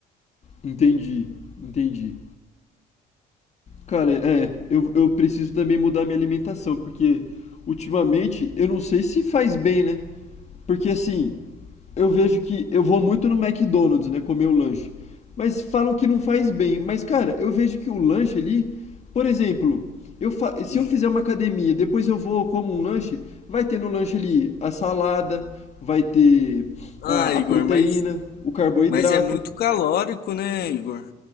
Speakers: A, on the left; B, on the left.
A: Entendi, entendi. Cara, é, eu, eu preciso também mudar minha alimentação, porque ultimamente eu não sei se faz bem, né? Porque assim, eu vejo que eu vou muito no McDonald's, né, comer o lanche. Mas falam que não faz bem. Mas, cara, eu vejo que o lanche ali, por exemplo, eu fa- se
B: Hum.
A: eu fizer uma academia, depois eu vou como um lanche, vai ter no lanche ali a salada, vai ter
B: Ah,
A: a,
B: Igor,
A: a proteína,
B: mas
A: o carboidrato.
B: mas é muito calórico, né, Igor?